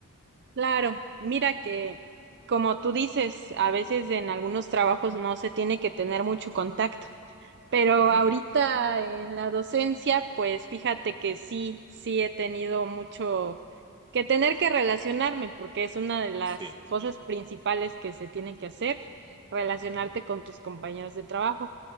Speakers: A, on the right (about 50°); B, on the right (about 20°).
A: Claro, mira que como tú dices, a veces en algunos trabajos no se tiene que tener mucho contacto, pero
B: Ujú,
A: ahorita en la docencia, pues fíjate que sí, sí he tenido mucho que tener que relacionarme, porque es una de las
B: Sí,
A: cosas principales que se tiene que hacer, relacionarte
B: ujú,
A: con tus compañeros de trabajo.